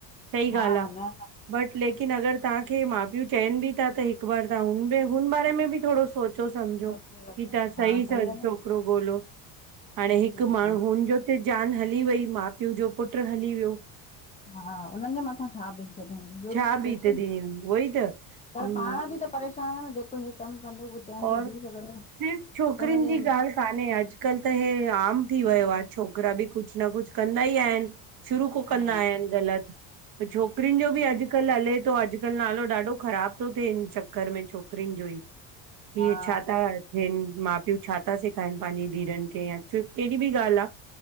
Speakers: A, on the right; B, on the left.
A: सही ॻाल्हि
B: हा
A: आ।
B: न न
A: बट लेकिन अगरि तव्हांखे माउ पीउ चवनि बि था त हिकु बार तव्हां हुंदे हुन बारे में बि थोड़ो सोच तो समझो
B: सोचे वठो
A: की तव्हां सही
B: हा
A: सां
B: आहे न
A: छोकिरो ॻोल्यो
B: सही
A: हाणे हिकु
B: ॻाल्हि
A: माण्हू हुनिजो ते जान हली वई माउ पीउ जो पुट्र हली वियो
B: हा आ हुन्हनि जे मथां छा बीतजंदी हूंदि इहो
A: छा
B: बि
A: बीतंदी
B: सोचे
A: उहो ई त हम्म,
B: पर पाण बि त परेशान आ न जेको हे कमु कंदो उहो चैन
A: और
B: सां जी सघंदो न
A: सिर्फ़ छोकिरिन
B: हुनजे
A: जी ॻाल्हि कान्हे अॼकल्ह त हे आम थी वियो आहे छोकिरा बि कुछ न कुछ कंदा ई आहिनि शुरू को
B: हा
A: कंदा आहिनि ग़लति त छोकिरिन जो बि अॼु कल्ह हले थो अॼुकल्ह नालो ॾाढो ख़राब थो थिए हिन चक्कर में छोकिरिन जो ई। केर
B: हा
A: छा था ॾियन माउ पीउ छा था सेखारनि पंहिंजी धीरनि खे या कहिड़ी बि ॻाल्हि आ।